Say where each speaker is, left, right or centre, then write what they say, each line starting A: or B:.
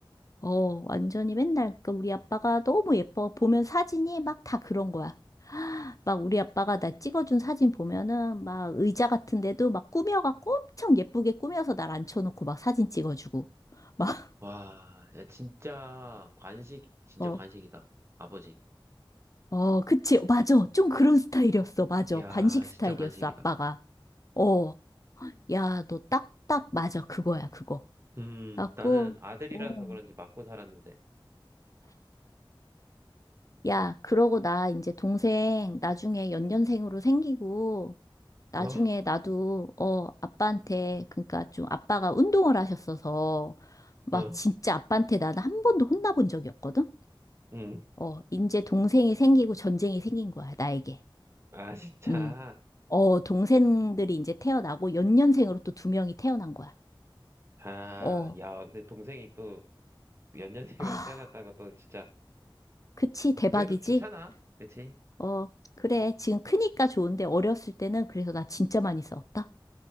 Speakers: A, on the left (about 40°); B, on the right (about 30°).
A: 어, 완전히 맨날 그 우리 아빠가 너무 예뻐 보면 사진이 막 다 그런 거야. <gasps> 막 우리 아빠가 나 찍어준 사진 보면은 막 의자 같은 데도 막 꾸며갖고 엄청 예쁘게 꾸며서 날 앉혀놓고 막 사진 찍어주고 막 <laughs>
B: 와, 야, 진짜 관식, 진짜
A: 어
B: 관식이다. 아버지.
A: 어, 그치. 맞아. 좀 그런 스타일이었어. 맞아.
B: 이야,
A: 관식 스타일이었어.
B: 진짜 관식이다.
A: 아빠가. 어. 야, 너 딱딱 맞아. 그거야, 그거.
B: 음,
A: 갖고,
B: 나는 아들이라서
A: 어.
B: 그런지 맞고 살았는데.
A: 야, 그러고 나 이제 동생 나중에 연년생으로 생기고, 나중에
B: 어,
A: 나도, 어, 아빠한테, 그러니까 좀 아빠가 운동을 하셨어서, 막
B: 어,
A: 진짜 아빠한테 나는 한 번도 혼나본 적이 없거든?
B: 음.
A: 어, 이제 동생이 생기고 전쟁이 생긴 거야, 나에게.
B: 아, 진짜.
A: 음. 어, 동생들이 이제 태어나고 연년생으로 또 두 명이 태어난 거야.
B: 아,
A: 어,
B: 야, 근데 동생이 또 연년생으로
A: 아,
B: 태어났다는 것도 진짜.
A: 그치, 대박이지?
B: 그래도 좋잖아. 그치?
A: 어, 그래. 지금 크니까 좋은데 어렸을 때는 그래서 나 진짜 많이 싸웠다.